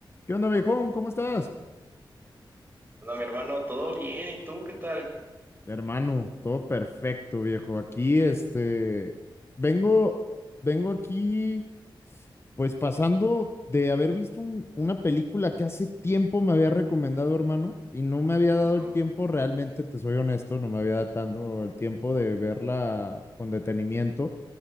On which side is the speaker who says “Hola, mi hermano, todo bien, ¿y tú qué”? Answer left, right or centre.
Right